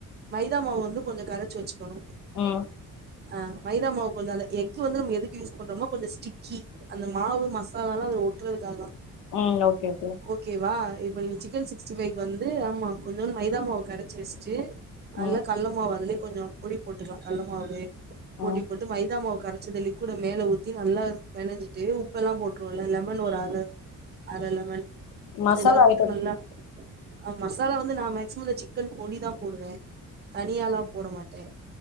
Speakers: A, on the right (about 30°); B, on the left (about 70°).
A: மைதா மாவ வந்து கொஞ்சம் கரைச்சி வச்சுக்கணும்
B: உம்
A: அஹ் மைதா மாவு கொஞ்சம் அந்த எக்கு வந்து நம்ம எதுக்கு யூஸ் பண்றோம்னா கொஞ்ச ஸ்ட்ரிக்கி அந்த மாவு மசாலால்லாம் அத ஒட்றதுக்கு
B: ம் ஓகே ஓகே
A: ஓகேவா இப்ப நீங்க சிக்கன் சிக்ஸ்டி பை வந்து ஆமா கொஞ்சோண்ட் மைத மாவ கரைச்சு வச்சிட்டு அல்ல
B: ம்
A: கள்ள மாவ அதுல கொஞ்சம் பொடி போட்டுக்கலாம் கால்ல மாவவே பொடி
B: ம்
A: போட்டு மைதா மாவ கறச்சி த லிக்விட மேல ஊத்தி நல்லா பெனஞ்சிட்டு உப்பெல்லாம் போட்ருவோம்லா லெமன் ஒரு அர அர லெமன்
B: மசாலா
A: இதெல்லாம் போட்டு
B: ஐட்டம்
A: நல்லா ஆ மசாலா வந்து நான் மேக்சிமம் இந்த சிக்கன் போடி தான் போடுவேன் தனியாலா கூட மாட்டேன்